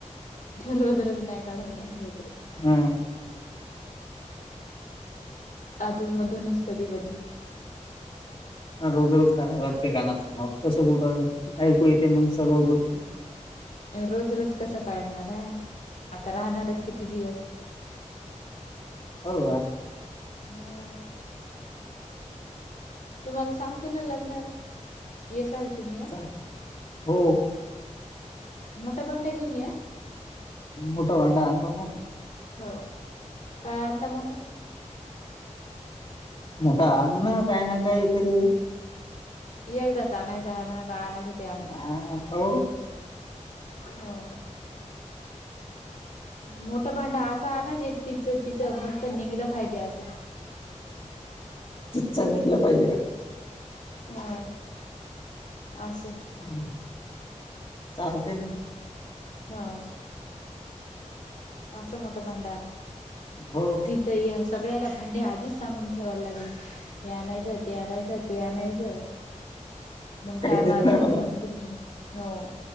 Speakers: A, on the left; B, on the left.
A: रोज रोज नाही काढत मी रोज रोज
B: हा
A: अधून मधूनच कधी मधी.
B: रोज रोज काढाया लागतय कानाचं मग कसं ऐकू येते सगळ्या गोष्टी
A: रोज रोज कसं काढणार हे आता राहणारच किती दिवस
B: हो का?
A: हो तुम्हाला सांगतो ना लग्नाला. येसाल तुम्ही आ
B: चा हो
A: हो मोठ भांड घेऊन या हं
B: मोठ भांड आणतो न.
A: हो काय आणता मोठं?
B: मोठं आणूना काही ना काही तरी
A: एकदाच आणायचं आहे म्हणा काय आणायचं ते आणू
B: हा हो
A: हो. मोठं भांड असं आणा जे तिचं तिचं मस्त निघलं पाहिजे असं.
B: तीच निघलं पाहिजे का?
A: हा असं.
B: हम्म चालते ना?
A: हो. असं मोठं भांड आणा.
B: हो.
A: तिथ ही सगळ्याला भांडे आधीच सांगून ठेवाय लागली. हे आणायचं. ते आणायचं. ते आणायचं. मग
B: काही
A: काय मारमण
B: देत नाही
A: म्हणसान
B: मला
A: तुम्ही हो